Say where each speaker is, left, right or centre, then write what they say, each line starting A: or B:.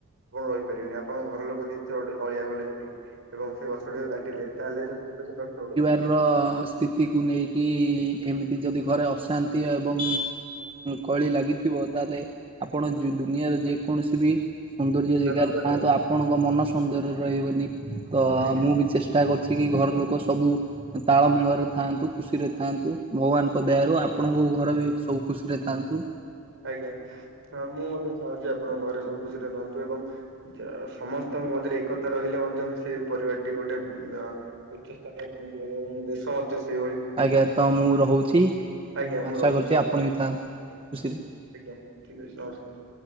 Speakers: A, on the right (about 55°); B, on the right (about 25°).
A: ଆପଣ ରହିପାରିବେନି ଆପଣଙ୍କ ଘର ଲୋକ ଯେ ଅଳିଆ ଗଲେ ସେଠି ଏବଂ ସେ ଗଛ ଟିକେ ଗା ତାହେଲେ ସେ କଷ୍ଟ ହବ।
B: ର ସ୍ଥିତିକୁ ନେଇକି ଏମିତି ଯଦି ଘରେ ଅଶାନ୍ତି ଏବଂ କଳି ଲାଗିଥିବ ତାହେଲେ ଆପଣ ଦୁନିଆରେ ଯେକୌଣସି ବି ସନ୍ଦର୍ଯ୍ୟ ଜାଗାରେ
A: ତା ନ କଲେ
B: ଥାନ୍ତୁ ଆପଣଙ୍କ ମନ ସୁନ୍ଦର ରହିବନି ତ
A: ଆଜ୍ଞା
B: ମୁଁ ବି ଚେଷ୍ଟା ଚେଷ୍ଟା କରୁଛି କି ଘର ଲୋକ ସବୁ ତାଳମେଳରେ ଥାଆନ୍ତୁ। ଖୁସିରେ ଥାଆନ୍ତୁ ଭଗବାନଙ୍କ ଦୟାରୁ ଆପଣଙ୍କ ଘର ବି ସବୁ ଖୁସିରେ ଥାଆନ୍ତୁ।
A: ଆଜ୍ଞା ହଁ ମୁଁ ମଧ୍ୟତେ ଚାହୁଁଛି ଆପଣଙ୍କ ଘରେ ସବୁ ଖୁସିରେ ରୁହନ୍ତୁ ଏବଂ ସମସ୍ତଙ୍କ ମଧ୍ୟରେ ଏକତା ରହିଲେ ମଧ୍ୟ ସେଇ ପରିବାରଟି ଗୋଟେ ଅ ଉଚ୍ଚ ସ୍ଥାନରେ ପହଞ୍ଚିପାରିବନି ଏବଂ ଦେଶ ମଧ୍ୟ ସେଇଭଳି।
B: ଆଜ୍ଞା ତ ମୁଁ ରହୁଛି
A: ଆଜ୍ଞା
B: ମୁଁ ଆଶା
A: ରଖୁଛି
B: କରୁଛି ଆପଣ ବି ଥାଆନ୍ତୁ ଖୁସିରେ।
A: ଆଜ୍ଞା ଠିକ୍ ଅଛି ନମସ୍କାର।